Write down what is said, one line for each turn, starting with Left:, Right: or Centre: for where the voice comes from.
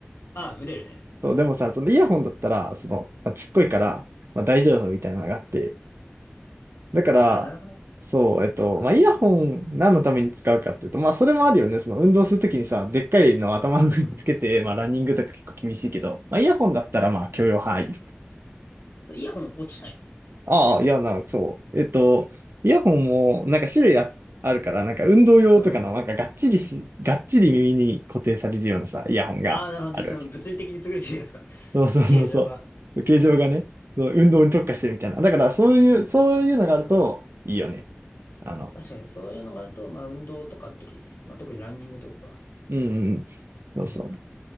Left: ああ、群れるね。
Right: そう、でもさ、そのイヤホンだったら、その、まあ、ちっこいから、まあ、大丈夫みたいなのがあって。だから、
Left: ああ、なるほどね。
Right: そう、えっと、
Left: 運動するべき。
Right: まあ、イヤホン何のために使うかっていうと、まあ、それもあるよね。その運動するときにさ、でっかいのを頭の上につけて、
Left: うん。
Right: まあ、ランニングとか結構厳しいけど、まあ、イヤホンだったら、まあ、許容範囲。
Left: イヤホン落ちないの
Right: ああ、いや、な、そう。えっと、イヤホンも、なんか種類あ、あるから、なんか運動用とかの、
Left: うん。
Right: なんかがっちりし、がっちり耳に固定されるようなさ、イヤホンが、
Left: ああ、なるほどね。
Right: あるわけよ
Left: その物理的に優れてるやつが、
Right: そうそうそうそう。
Left: 形状が、
Right: 形状がね、
Left: 工学的に。
Right: そう運動に特化してるみたいな。だからそういう、そういうのがあるといいよね。
Left: うん。
Right: あの、
Left: 確かに、そういうのがあると、まあ、運動とかの時、まあ、特にランニングとか、
Right: うんうんうん。そうそう。
Left: うん。